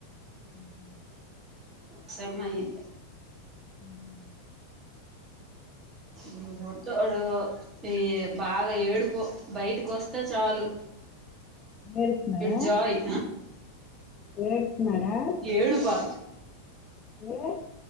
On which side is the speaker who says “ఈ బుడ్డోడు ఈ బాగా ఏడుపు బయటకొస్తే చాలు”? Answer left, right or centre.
Right